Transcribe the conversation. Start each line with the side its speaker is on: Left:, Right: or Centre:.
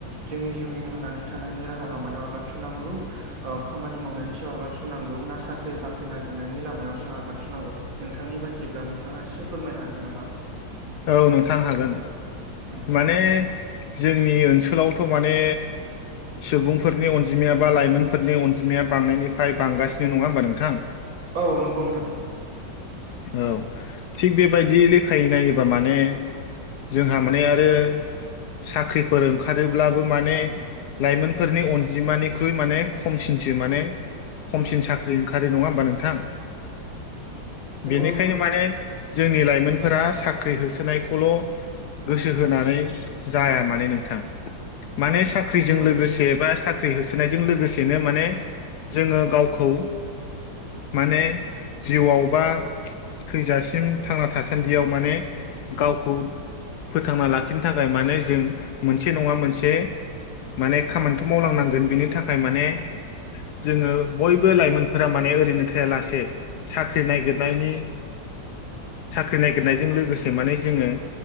Right: जोंनि जिउनि थांनानै थानायनि राहा लामायाव आगान सुरुनांगौ खामानि मावनायनि सायाव आगान सुरुनांगौ ना साख्रि बाख्रि नागिरनायनि लामायाव जों आगान सुरुनांगौ नोंथांनि बायदिब्ला नोंथाङा एसे फोरमायनो हागोन नामा
Left: औ नोंथां हागोन
Right: उम
Left: माने जोंनि ओनसोलावथ' माने सुबुंफोरनि अनजिमाया बा लाइमोनफोरनि अनजिमाया बांनायनिफ्राय बांगासिनो नङा होमबा नोंथां
Right: औ नंगौ नोंथां
Left: औ थिग बेबायदि लेखायै नायोबा माने जोंहा माने आरो साख्रिफोर ओंखारोब्लाबो माने लाइमोनफोरनि अनजिमानिख्रुइ माने खमसिनसो माने खमसिन
Right: उम
Left: साख्रि ओंखारो नङा होमबा नोंथां
Right: नंगौ
Left: बेनिखायनो
Right: नोंथां
Left: माने जोंनि लाइमोनफोरा साख्रि साख्रि होसोनायखौल' गोसो होनानै जाया मानो नोंथां माने साख्रिजों
Right: नंगौ
Left: लोगोसे
Right: नोंथां।
Left: बा साख्रि होसोनायजों लोगोसेनो माने जोङो गावखौ माने जिउआव बा थैजासिम थांना थासान्दियाव माने गावखौ फोथांना लाखिनो थाखाय माने जों मोनसे नङा मोनसे माने खामानिथ' मावलांनांगोन बिनि थाखाय माने जोङो बयबो लाइमोनफोरा माने ओरैनो थायालासे साख्रि
Right: उम
Left: नागिरनायनि साख्रि नागिरनायजों लोगोसे माने जोङो